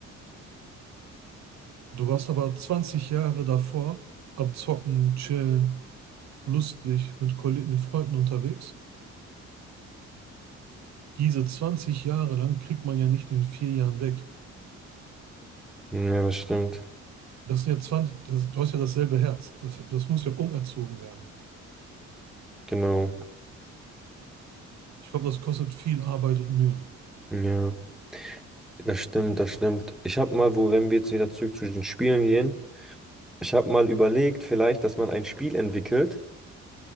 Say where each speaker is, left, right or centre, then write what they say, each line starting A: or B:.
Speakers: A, on the right; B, in the centre.
A: Du warst aber 20 Jahre davor am Zocken, Chillen, lustig, mit Kollegen, mit Freunden unterwegs. Diese 20 Jahre lang kriegt man ja nicht in vier Jahren weg.
B: ja, das stimmt.
A: Das sind ja 20, das, du hast ja dasselbe Herz. Das, das muss ja umerzogen werden.
B: Genau.
A: Ich glaube, das kostet viel Arbeit und Mühe.
B: Ja, das stimmt, das stimmt. Ich habe mal, wo, wenn wir jetzt wieder zurück zu den Spielen gehen, ich habe mal überlegt, vielleicht, dass man ein Spiel entwickelt,